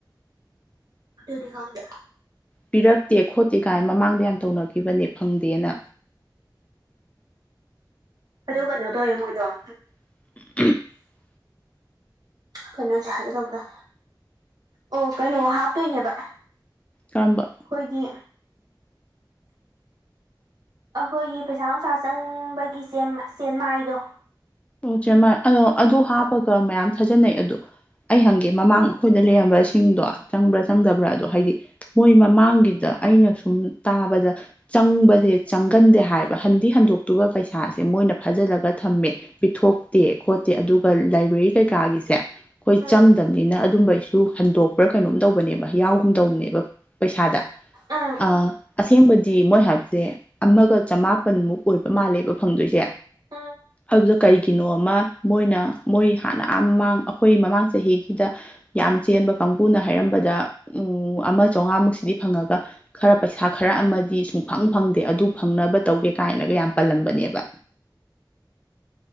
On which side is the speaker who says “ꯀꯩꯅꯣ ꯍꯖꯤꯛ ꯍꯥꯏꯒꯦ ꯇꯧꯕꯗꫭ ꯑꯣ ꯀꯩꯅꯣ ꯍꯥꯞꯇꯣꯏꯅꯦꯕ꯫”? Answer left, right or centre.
Right